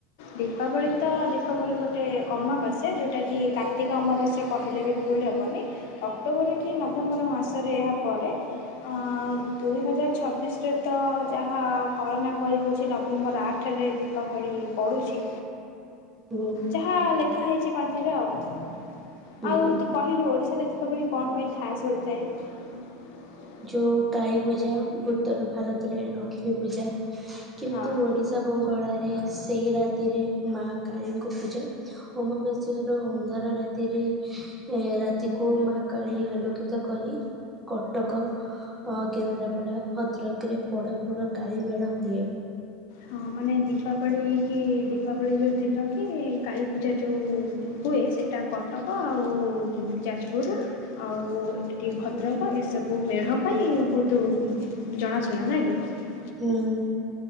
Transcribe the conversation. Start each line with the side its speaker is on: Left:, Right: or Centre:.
Left: ଦୀପାବଳି ତ ଦୀପାବଳି ଗୋଟେ ଅମାବାସ୍ୟା ଯୋଉ ଟା କି କାର୍ତ୍ତିକ ଅ ଅମାବାସ୍ୟା କହିଲେ ବି ଭୁଲ ହେବନି ଅକ୍ଟୋବର କି ନଭେମ୍ବର ମାସରେ ଏହା ପଡ଼େ । ଆ ଦୁଇ ହଜାର ଛବିଶ । ରେ ତ ଯାହା କଳନା କରି ହେଉଛି ନଭେମ୍ବର ଆଠରେ ଦୀପା ବଳି ପଡୁଛି
Right: ହୁଁ
Left: ଯାହା ଲେଖା ହେଇଛି ପାଞ୍ଜିରେ ଆଉ ।
Right: ହୁଁ।
Left: ଆଉ ତୁ କହିଲୁ ଓଡିଶାରେ ଦୀପାବଳି କଣ ପାଇଁ ଖାସ ହୋଇଥାଏ ।
Right: ଯୋଉ କାଳୀ ପୂଜା ଉତ୍ତର ଭାରତରେ ଲକ୍ଷ୍ମୀ । ଲକ୍ଷ୍ମୀ ପୂଜା କିନ୍ତୁ
Left: ହଁ
Right: ଓଡ଼ିଶା ବଙ୍ଗଳାରେ ସେଇ ରାତିରେ ମା । କାଳୀ ଙ୍କ ପୂଜା ଅମାବାସ୍ୟା ର ଅନ୍ଧାର ରାତ ରାତିରେ ରାତିକୁ ମା କାଳୀ ଆଲୋକିତ କରି । କଟକ ଅ କେନ୍ଦ୍ରାପଡ଼ା ଭଦ୍ରକରେ । ବଡ଼ ବଡ଼ କାଳିମେଢ଼ ହୁଏ ।
Left: ହଁ ମାନେ ଦୀପାବଳି କି ଦୀପାବଳି ଯୋଉ ଦିନ କି କାଳୀପୂଜା ଯୋଉ । ହୁଏ ସେଇଟା କଟକ ଆଉ ଯାଜପୁର ଆଉ ଏ ଟି ଭଦ୍ରକ
Right: ହୁଁ
Left: ଏସବୁ ମେଢ଼ ପାଇଁ ବହୁତ ଜଣାଶୁଣା ନା କି ।
Right: ହୁଁ ।